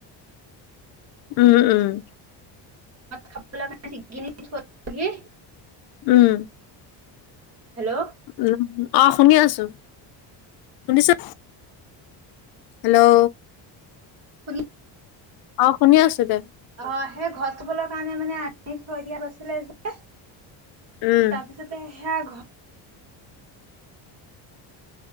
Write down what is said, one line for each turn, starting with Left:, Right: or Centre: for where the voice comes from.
Left: উম, উ, উম।
Right: খাবণে চিগগিনহি
Left: উম
Right: হেল্ল'
Left: উ অ শুনি আছো শুনিছা হেল্ল'
Right: শুনি
Left: অ শুনি আছো দে
Right: অ সেই ঘৰ চাবলৈ কাৰণে মানে আনি থৈ দিয়া গৈছিলে যে
Left: উম
Right: তাৰপিছতে সেয়া ঘৰ